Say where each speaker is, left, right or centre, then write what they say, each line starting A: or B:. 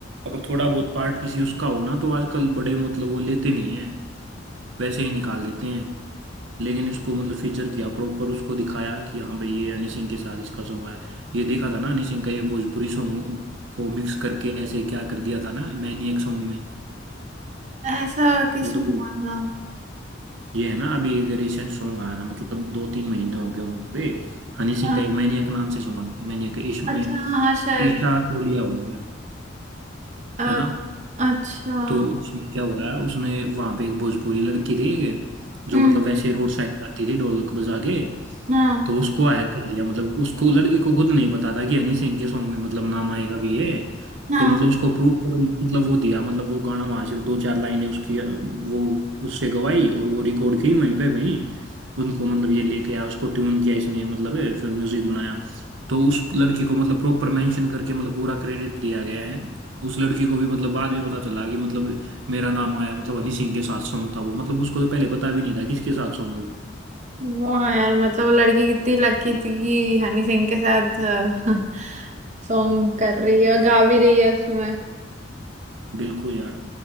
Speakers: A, on the right; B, on the right.
A: अगर थोड़ा बहुत पार्ट किसी उसका हो ना तो आजकल बड़े मतलब वो लेते नहीं हैं वैसे ही निकाल देते हैं लेकिन इसको मतलब फीचर किया प्रॉपर उसको दिखाया कि हाँ भाई ये हनी सिंह के साथ इसका सॉन्ग है ये देखा था ना हनी सिंह का ये भोजपुरी सॉन्ग को मिक्स करके ऐसे क्या कर दिया था ना मैनिएक सॉन्ग में
B: ऐसा किसमें
A: वो तो
B: हुआ था
A: ये है ना अभी एक रिसेंट सॉन्ग आया था मतलब दो तीन महीने हो गए होंगे हनी सिंह
B: हाँ,
A: का एक मैनियक नाम से सॉन्ग आया था मैनियक ईश में
B: अच्छा हाँ शायद
A: ईशा को लिया हुआ है
B: अ,
A: है ना
B: अच्छा
A: तो उसमें क्या हुआ है उसमें वहां पे एक भोजपुरी लड़की थी जो
B: हम्म
A: मतलब वैसे रोड साइड गाती थी ढोलक बजा के
B: हाँ
A: तो उसको हायर कर लिया मतलब उसको लड़की को खुद नहीं पता था कि हनी सिंह के सॉन्ग में मतलब नाम आएगा भी ये
B: हाँ
A: तो मतलब उसको प्रूफ पर मतलब वो दिया मतलब वो गाना वहां से दो चार लाइनें उसकी अ, वो उससे गवाई और वो रिकॉर्ड की वहीं पे वहीं उनको मतलब ये लेके आया उसको ट्यून किया इसने मतलब है, फिर म्यूजिक बनाया तो उस लड़की को मतलब प्रॉपर मेंशन करके मतलब पूरा क्रेडिट दिया गया है उस लड़की को भी मतलब बाद में पता चला कि मतलब मेरा नाम आया मतलब हनी सिंह के साथ सॉन्ग था वो मतलब उसको तो पहले पता भी नहीं था किसके साथ सॉन्ग है वो
B: वाह यार मतलब वो लड़की कितनी लकी थी कि हनी सिंह के साथ <laughs> सॉन्ग कर रही है और गा भी रही है उसमें
A: बिल्कुल यार